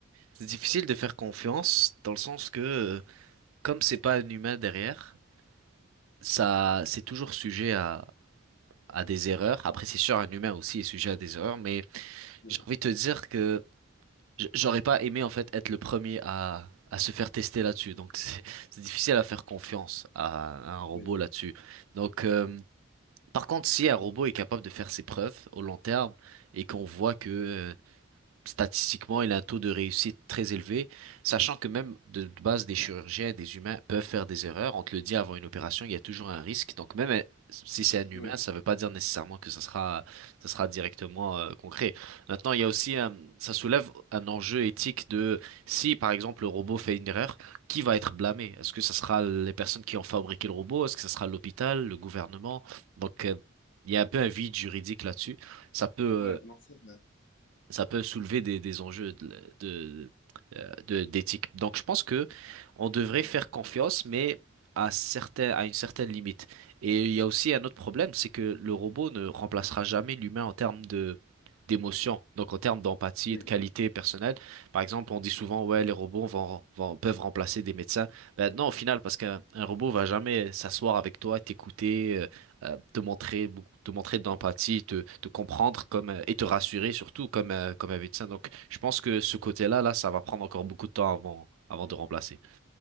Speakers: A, on the right (about 85°); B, on the left (about 60°).
A: c'est difficile de faire confiance dans le sens que, euh, comme c'est pas un humain derrière, ça, c'est toujours sujet à, à des erreurs. Après, c'est sûr, un humain aussi est sujet à des erreurs, mais
B: Oui,
A: j'ai envie de te dire que j- j'aurais pas aimé, en fait, être le premier à, à se faire tester là-dessus. Donc, c'est c'est difficile à faire confiance à, à un robot
B: oui,
A: là-dessus. Donc, euh, par contre, si un robot est capable de faire ses preuves au long terme et qu'on voit que, euh, Statistiquement, il a un taux de réussite très élevé, sachant que même de base, des chirurgiens, des humains peuvent faire des erreurs. On te le dit avant une opération, il y a toujours un risque. Donc même euh, si c'est un humain,
B: oui.
A: ça ne veut pas dire nécessairement que ça sera, ça sera directement euh, concret. Maintenant, il y a aussi un- ça soulève un enjeu éthique de si, par exemple, le robot fait une erreur, qui va être blâmé? Est-ce que ce sera les personnes qui ont fabriqué le robot? Est-ce que ce sera l'hôpital, le gouvernement? Donc euh, Il y a un peu un vide juridique là-dessus. Ça peut, euh,
B: Ouais, non, c'est vrai.
A: ça peut soulever des, des enjeux de, de- euh, de- d'éthique. Donc, je pense que on devrait faire confiance, mais à certains, à une certaine limite. Et il y a aussi un autre problème, c'est que le robot ne remplacera jamais l'humain en termes de d'émotion, donc en termes d'empathie,
B: Oui.
A: de qualité personnelle. Par exemple, on dit souvent, ouais, les robots vont, vont- peuvent remplacer des médecins. Ben non, au final, parce qu'un un robot va jamais s'asseoir avec toi, t'écouter, euh, euh, te montrer beaucoup, te montrer d'empathie, te, te comprendre comme euh, et te rassurer surtout comme euh, comme un médecin. Donc, je pense que ce côté-là, là, ça va prendre encore beaucoup de temps avant avant de remplacer.